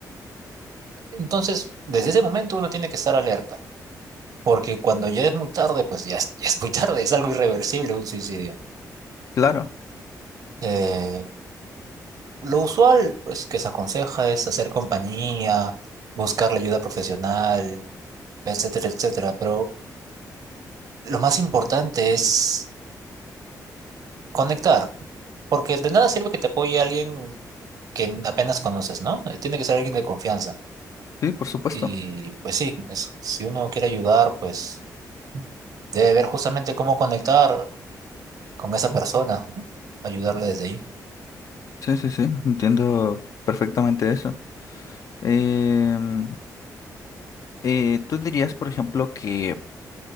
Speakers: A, on the right (about 60°); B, on the left (about 50°).
A: entonces, desde ese momento uno tiene que estar alerta, porque cuando ya es muy tarde, pues ya, es- <laughs> ya es muy <laughs> tarde, es algo irreversible un suicidio.
B: Claro,
A: Eh, Lo usual, pues, que se aconseja es hacer compañía, buscar la ayuda profesional, etcétera, etcétera. Pero lo más importante es conectar, porque de nada sirve que te apoye alguien que apenas conoces, ¿no? Eh, Tiene que ser alguien de confianza.
B: sí, por supuesto.
A: Y pues sí, es- si uno quiere ayudar, pues debe ver justamente cómo conectar con esa persona, ¿no? Ayudarle desde ahí.
B: Sí, sí, sí, entiendo perfectamente eso. Em, eh, ¿tú dirías, por ejemplo, que,